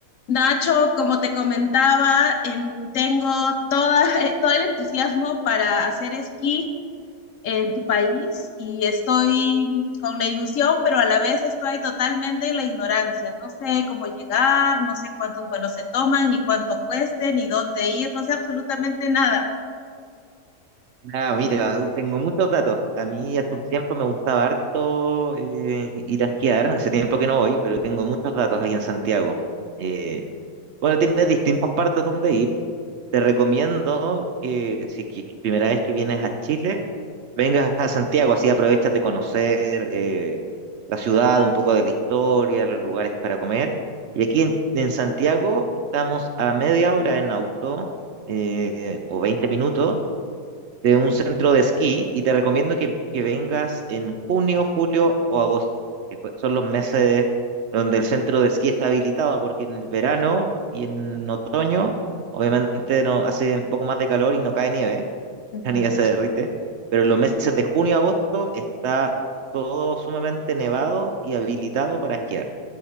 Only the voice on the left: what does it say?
Nacho, como te comentaba, em, tengo toda, <laughs> todo el entusiasmo para hacer esquí en tu país y estoy con la ilusión, pero a la vez estoy totalmente en la ignorancia. No sé cómo llegar, no sé cuántos vuelos se toman, ni cuánto cueste, ni dónde ir, no sé absolutamente nada.
Ujú.